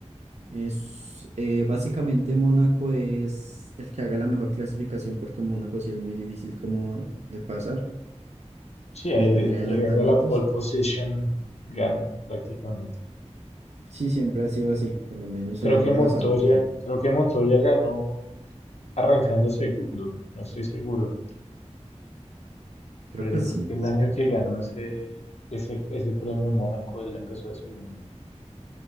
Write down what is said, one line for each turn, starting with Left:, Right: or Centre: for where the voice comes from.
Right: Es, eh, básicamente Mónaco es el que haga la mejor clasificación porque Mónaco sí es muy difícil como de pasar,
Left: Sí, ahí
Right: de tener
Left: el
Right: adelantamientos.
Left: que haga la pole position gana prácticamente.
Right: Sí, siempre ha sido así, por lo menos
Left: Creo
Right: el año
Left: que Montoya,
Right: pasado que
Left: creo que Montoya ganó arrancando segundo, no estoy seguro,
Right: creo
Left: pero
Right: que sí.
Left: creo que el año que ganó ese, ese, ese premio en Mónaco, él empezó de segundo.